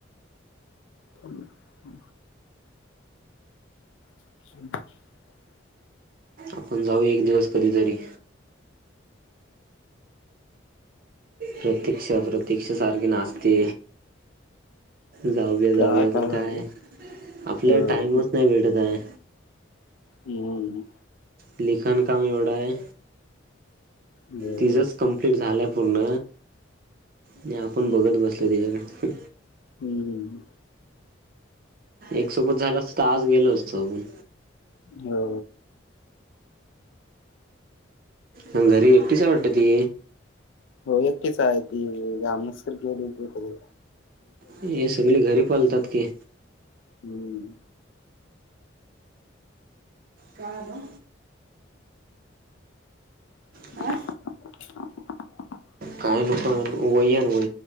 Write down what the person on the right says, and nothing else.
आपण जाऊया एक दिवस कधीतरी प्रतीक्षा प्रतीक्षा सारखी नाचते जाऊया जाऊया
पण
काय आपल्याला
टाइमच नाही भेटत आहे
लिखाण काम एवढं हाय
तिझच कंप्लीट झालंय पूर्ण नी आपण बघत बसलोय तीज्याकड
एक सोबत झालं असत तर आज गेलो असतो आपण
मग घरी एकटीच वाटतं ती
हे सगळे घरी पलतात की
काळानो
हा काय नको आणू वही आण